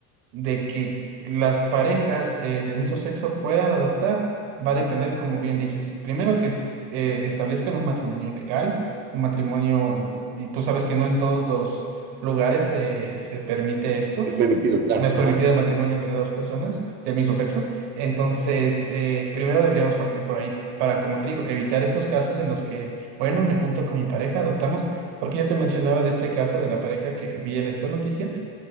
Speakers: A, on the right (about 70°); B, on the right (about 25°).
A: de que las parejas eh, del mismo sexo puedan adoptar va a depender, como bien dices, primero que est- eh, establezcan un matrimonio legal, un matrimonio, eh, y tú sabes que no en todos los lugares eh, se permite esto,
B: Es permitido, claro.
A: no es permitido
B: Ajá.
A: el matrimonio entre dos personas del mismo sexo, entonces eh, primero deberíamos partir por ahí para, como te digo, evitar estos casos en los que, bueno, me junto con mi pareja, adoptamos, porque yo te mencionaba de este caso de la pareja que vi en esta noticia,